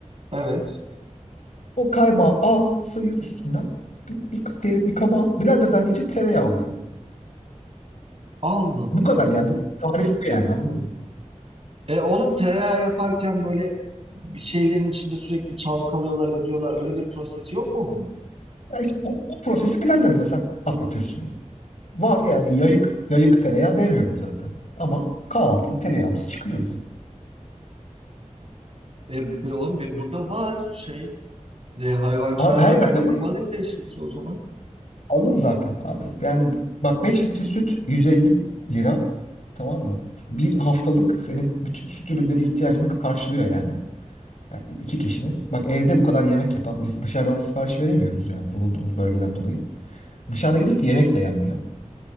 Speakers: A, on the right; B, on the left.
A: Evet.
B: O kaymağı al, sıyır üstünden. Bir, bir derin bir kaba al. Blenderdan geçir tereyağı oluyor bu.
A: Allah
B: Bu
A: Allah.
B: kadar yani. Bu tarif bu yani anladın mı?
A: E oğlum tereyağı yaparken böyle bir şeylerin içinde sürekli çalkalıyorlar, ediyorlar. Öyle bir prosesi yok mu bunun?
B: Ya işte o, o prosesi blenderla sen atlatıyorsun yani. Var yani yayık yayık tereyağı demiyorum zaten. Ama kahvaltılık tereyağımız çıkıyor
A: E be, oğlum benim burada var şey. E, hayvancılar
B: Var, her
A: var.
B: yerde
A: Ben gideyim
B: var.
A: alayım 5 litre o zaman.
B: Alın zaten abi. Yani bu- bak 5 litre süt 150 lira. Tamam mı? Bir haftalık senin bütün süt ürünleri ihtiyacını karşılıyor yani. Yani iki kişinin. Bak evde bu kadar yemek yapan biz dışarıdan sipariş veremiyoruz yani bulunduğumuz bölgeden dolayı. Dışarıda gidip yemek de yenmiyor.